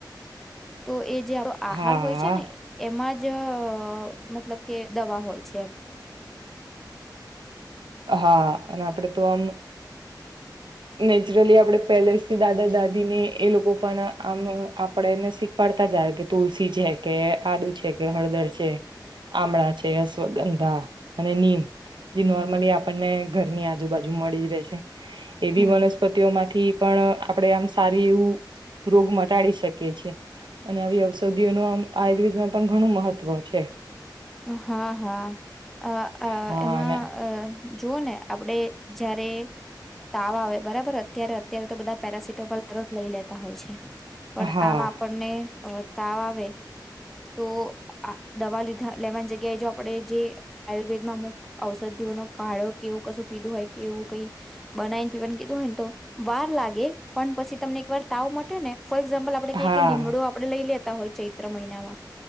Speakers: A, in the centre; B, on the right (about 85°).
A: તો એ જે આપો આહાર
B: હા
A: હોય છે ને એમાં જ જ મતલબ કે દવા હોય છે.
B: હા અને આપડે તો આમ નેચરલી આપણેે પેલેસથી દાદા દાદી ને એ લોકો પણ આમ આપડેને શીખવાડતા જાય કે તુલસી છે કે આદુ છે કે હળદર છે આમળા છે અશ્વગંધા અને નીમ જે નોર્મલી આપણને ઘરની આજુબાજુ મળી જ રહેશે. એવી
A: હમ
B: વનસ્પતિઓ માંથી પણ આપણે આમ સારી એવું રોગ મટાડી શકીએ છેએ અને આવી ઔષધિઓ ન આમ આયુર્વેદમાં પણ ઘણું મહત્વ છે.
A: હા હા અ
B: હા
A: એમાં
B: અને
A: અ જોઓ ને આપડે જયારે તાવા આવે બરાબર અત્યારે અત્યારે તો બધા પેરાસિટામોલ તરત લઈ લેતા હોય છે. પણ
B: હા
A: આમ આપણને અ તાવ આવે તો દવા લીધા લેવાની જગ્યાએ જો આપડે જે આયુર્વેદમાં અમુક ઔષધિઓનો કાળો કે એવું કશું પીધું હોય કે એવું કઈ બનાવીને પીવા કીધું હોયને તો વાર લાગે પણ પછી તમને એક વાર તાવ મટે ને ફોર એક્ષામ્પલ આપણે
B: હા
A: કએ લીમડું આપણે લઈ લએ હોય છે ચૈત્ર્ર મહિનામાં